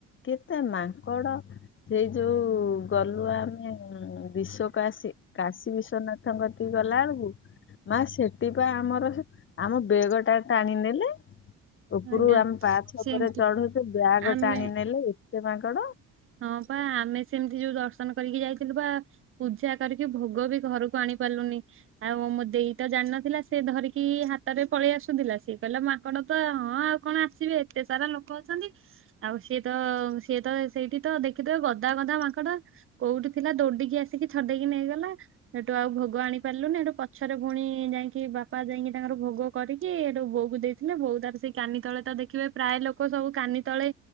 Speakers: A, on the left (about 35°); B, on the right (about 40°).
A: କେତେ ମାଙ୍କଡ ସେଇ ଯୋଉ ଗଲ ଆମେ ବିଶ୍ୱକାଶୀ କାଶୀ ବିଶ୍ଵନାଥଙ୍କ କତି କି ଗଲା ବେଳକୁ ମା ସେ ସେଠି ପା ଆମର ଆମ ବେଗ ଟା ଟାଣିିନେଲେ ଉପରୁ
B: ଆଜ୍ଞା
A: ଆମେ ପାଛ
B: ସେମତି
A: ଉପରେ ସେ ବ୍ୟାଗ
B: ଆମେ
A: ଟାଣି ନେଲେ ଏତେ ମାଙ୍କଡ
B: ହଁ ବା ଆମେ ସେମିତି ଯୋଉ ଦର୍ଶନ କରିକି ଯାଇଥିଲୁ ବା ପୂଜା କରିକି ଭୋଗ ବି ଘରକୁ ଆଣିପାରିଲୁ ଆଉ ମୋ ଦେଇ ତ ଜାଣିନଥିଲା ସେ ଧରିକି ହାତରେ ପଳେଇ ଆସୁଥିଲା ସିଏ କହିଲା ମାଙ୍କଡ ତ ହଁ ଆଉ କଣ ଆସିବେ ଏତେ ସାରା ଲୋକ ଅଛନ୍ତି ଆଉ ସିଏ ତ ସିଏ ତ ସେଇଠି ତ ଦେଖିଦ ଗଦା ଗଦା ମାଙ୍କଡ କୋଉଠି ଥିଲା ଦୌଡିକି ଆସିକି ଛଡେଇକି ନେଇଗଲା ସେଠୁ ଆଉ ଭୋଗ ଆଣି ପାରିଲୁନି ଏଠୁ ପଛରେ ଭଉଣୀ ଯାଇକି ବାପା ଯାଇକି ତାଙ୍କର ଭୋଗ କରିକି ଏଠୁ ବୋଉକୁ ଦେଇକି ଥିଲେ ବହୁ ତାର ସେଇ କାନି ତଳେ ତ ଦେଖିବେ ପ୍ରାୟ ଲୋକ ସବୁ କାନି ତଳେ